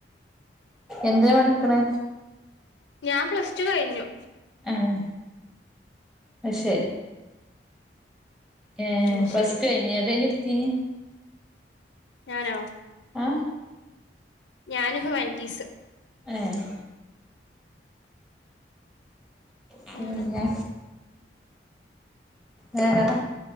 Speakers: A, in the centre; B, on the left.
A: എന്തിനാ പഠിക്കണേ
B: ഞാൻ പ്ലസ് റ്റു കഴിഞ്ഞു
A: ഏഹ് അത് ശരി ഏ
B: ഉം
A: പ്ലാസ്ടു
B: ശരി
A: കഴിഞ്ഞ ഏതാഞ്ഞീ എടുത്തിനി
B: ഞാനോ
A: ആഹ
B: ഞാന് ഹ്യുമാനിറ്റീസ്
A: ഏഹ് പിന്നെ
B: അങ്ങനെ
A: വേറെ